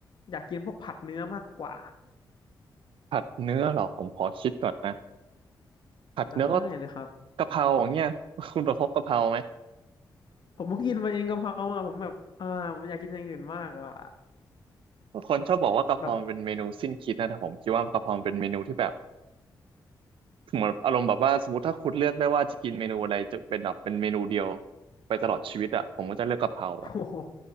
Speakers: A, on the left; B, on the right.
A: อยากกินพวกผัดเนื้อมากกว่า
B: ผัดเนื้อเหรอผมขอคิดก่อนนะ ผัดเนื้อก็
A: ได้เลยครับ
B: กะเพราอย่างเงี้ยคุณประพบกะเพราไหม
A: ผมเพิ่งกินมาเองกะเพราอ่ะผมแบบอ่าผมอยากกินอย่างอื่นมากอ่ะ
B: คนชอบบอกว่ากะเพรามันเป็นเมนูสิ้นคิดนะแต่ผมคิดว่ากะเพรามันเป็นเมนูที่แบบ
A: แบบ
B: เหมือนอารมณ์แบบว่าสมมติถ้าคุณเลือกได้ว่าจะกินเมนูอะไรจะเป็นแบบเป็นเมนูเดียวไปตลอดชีวิตอ่ะผมก็จะเลือกกะเพราอ่ะ
A: <laughs> โอ้โห